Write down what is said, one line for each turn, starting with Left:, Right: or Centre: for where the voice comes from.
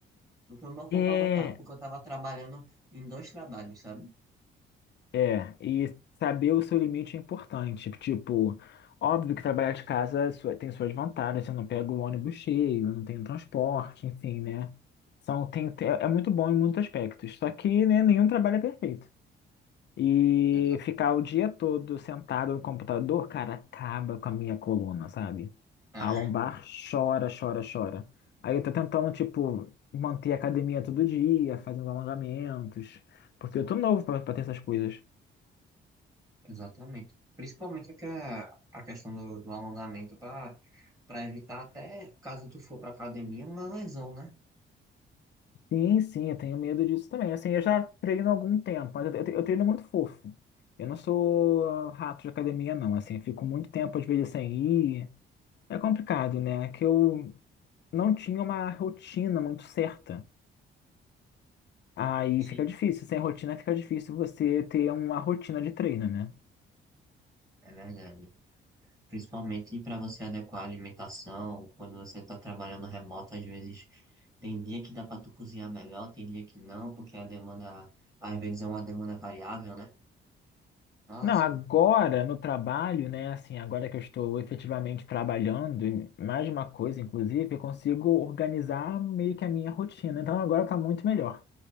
Right: Do que o meu corpo
Left: É,
Right: aguentava, porque eu estava trabalhando em dois trabalhos, sabe?
Left: É, e saber o seu limite é importante. Tipo, óbvio que trabalhar de casa é sua- tem suas vantagens, você não pega o ônibus cheio, não tem transporte, enfim, né? São, tem, tem- é é muito bom em muitos aspectos. Só que, né, nenhum trabalho é perfeito. E
Right: Exato.
Left: ficar o dia todo sentado no computador, cara, acaba com a minha coluna, sabe?
Right: Ah,
Left: A lombar chora, chora, chora. Aí eu tô tentando, tipo, manter a academia todo dia, fazendo alongamentos, porque eu tô novo pra, pra ter essas coisas.
Right: exatamente. Principalmente que a, a questão do, do alongamento para para evitar até, caso tu for para academia, uma lesão, né?
Left: Sim, sim, eu tenho medo disso também. Assim, eu já treino há algum tempo, mas eu, eu, eu treino muito fofo. Eu não sou ah, rato de academia, não. Assim, eu fico muito tempo, às vezes, sem ir. É complicado, né? É Que eu não tinha uma rotina muito certa. Aí
Right: Sim.
Left: fica difícil. Sem rotina fica difícil você ter uma rotina de treino, né?
Right: É verdade. Principalmente para você adequar a alimentação, quando você está trabalhando remoto, às vezes tem dia que dá para tu cozinhar melhor, tem dia que não, porque a demanda, às vezes é uma demanda variável, né? Nossa,
Left: Não, agora no trabalho, né? Assim, agora que eu estou efetivamente trabalhando, e mais de uma coisa, inclusive, eu consigo organizar meio que a minha rotina. Então agora tá muito melhor.